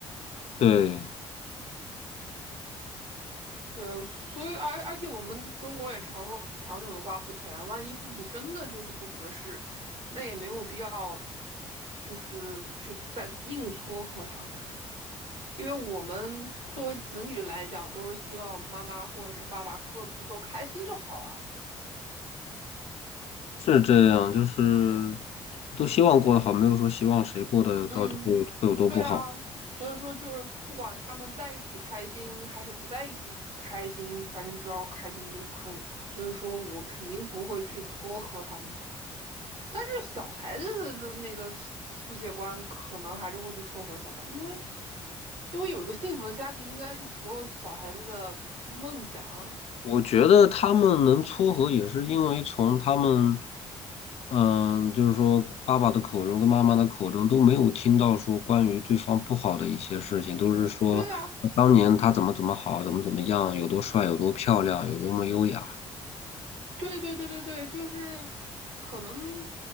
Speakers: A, on the left; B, on the right.
A: 对，
B: 对，所以而而且我们中国也常说强扭的瓜不甜，万一父母真的就是不合适，那也没有必要，就是去再硬撮合他们。因为我们作为子女来讲，都是希望妈妈或者是爸爸各自都开心就好了。
A: 是这样，就是都希望过得好，没有说希望谁过得到底会有会有多不好。
B: 嗯，对啊，所以说就是不管他们在一起开心还是不在一起开心，反正只要开心就可以了。所以说我肯定不会去撮合他们的。但是小孩子的那个世界观，可能还是会去撮合一下吧，因为因为有一个幸福的家庭，应该是所有小孩子的梦想啊
A: 我觉得他们能撮合，也是因为从他们，嗯，就是说爸爸的口中跟妈妈的口中都没有听到说关于对方不好的一些事情，都是说当年他怎么怎么好，
B: 对啊，
A: 怎么怎么样，有多帅，有多漂亮，有多么优雅。
B: 对对对对对，就是可能